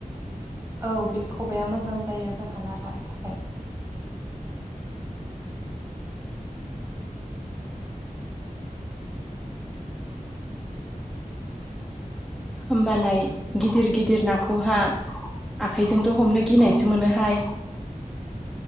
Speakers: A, on the right (about 20°); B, in the centre.
A: औ बे खबाइआ मोजां जायो जोंहा ना लानो थाखाय
B: होमबालाय गिदिर गिदिर नाखौहा आखाइजोंथ' हमनो गिनायसो मोनोहाय